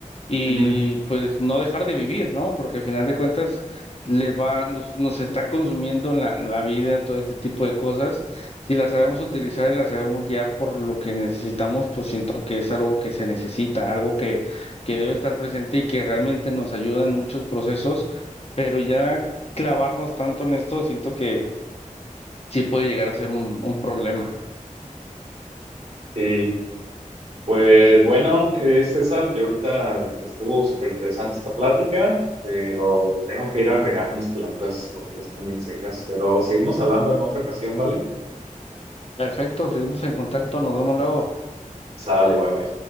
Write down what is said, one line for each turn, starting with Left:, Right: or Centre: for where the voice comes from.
Left: y
Right: Ujú.
Left: pues no dejar de vivir, ¿no? Porque al final de cuentas les va, nos, nos está consumiendo la, la vida, todo este tipo de cosas. Si las sabemos utilizar y las sabemos guiar por lo que necesitamos, pues siento que es algo que se necesita, algo que, que debe estar presente y que realmente nos ayuda en muchos procesos, pero ya clavarnos tanto en esto, siento que sí puede llegar a ser un un problema.
Right: Sí. Pues bueno, eh, César, yo ahorita estuvo súper interesante esta plática, pero tengo que ir a regar mis plantas porque ya están bien secas, pero seguimos hablando en otra ocasión, ¿vale?
Left: Perfecto, seguimos en contacto, nos vemos luego.
Right: Sale, bye bye.